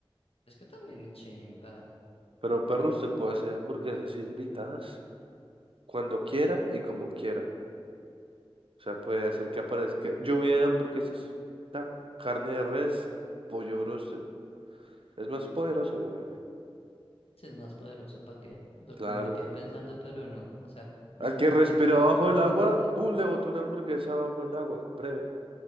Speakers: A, on the left (about 75°); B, on the right (about 65°).
A: es que también es chimba,
B: Pero perro, usted puede hacer hamburguesas ilimitadas. cuando quiera y como quiera. O sea, puede hacer que aparezca lluvia de hamburguesas, ta, carne de res, pollo broster. Es más poderosa, güey.
A: si es más poderoso, ¿para qué? Lo-
B: Claro.
A: me quedé pensando, pero no, o sea, no,
B: Al que
A: no
B: respira
A: le quito,
B: bajo
A: no
B: el agua,
A: le quitar.
B: pum, le botó una hamburguesa bajo el agua. Breve.